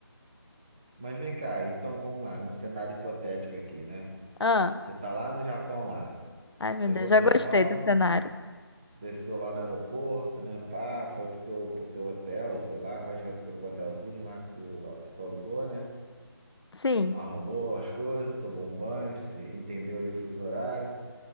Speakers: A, on the right; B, on the left.
A: Mas vem cá, então vamos lá, num cenário hipotético aqui, né?
B: <laughs> Ah.
A: Você tá lá no Japão, lá.
B: Ai,
A: Chegou
B: meu Deus, já
A: no
B: gostei
A: Japão.
B: do cenário.
A: Desceu lá no aeroporto, né? Pá, foi pro teu, pro teu hotel, sei lá, faz de conta que foi pro hotelzinho lá que tu, que tu alugou, né?
B: Sim.
A: Arrumou as coisas, tomou um banho, se- entendeu ali o fuso horário.